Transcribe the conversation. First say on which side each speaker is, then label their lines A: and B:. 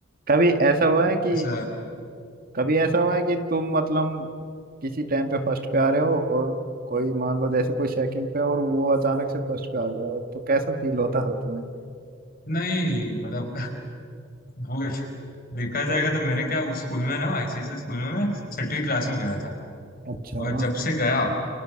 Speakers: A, on the right (about 45°); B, on the left (about 45°).
A: कभी ऐसा हुआ है कि
B: ऐसा
A: कभी ऐसा हुआ है कि तुम मतलब किसी टाइम पे फर्स्ट पे आ रहे हो और कोई मान लो जैसे कोई सेकंड पे है और वो अचानक से फर्स्ट पे आ गया हो तो कैसा फील होता हो तुम्हें
B: नहीं मतलब वो देखा जाएगा तो मैंने क्या उस स्कूल में ना आईसीएसई स्कूल में मैं छठी क्लास में गया था
A: अच्छा
B: और जब से गया